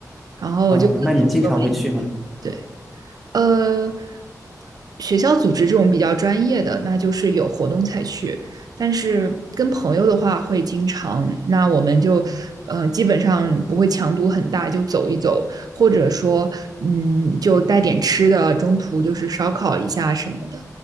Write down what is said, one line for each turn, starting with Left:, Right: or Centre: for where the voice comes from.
Right: 然后就跟朋友们
Centre: 啊，那你经常会去吗？
Right: 对，呃，学校组织这种比较专业的，那就是有活动才去。但是跟朋友的话会经常，那我们就呃基本上不会强度很大，就走一走，或者说嗯就带点吃的，中途就是烧烤一下什么的。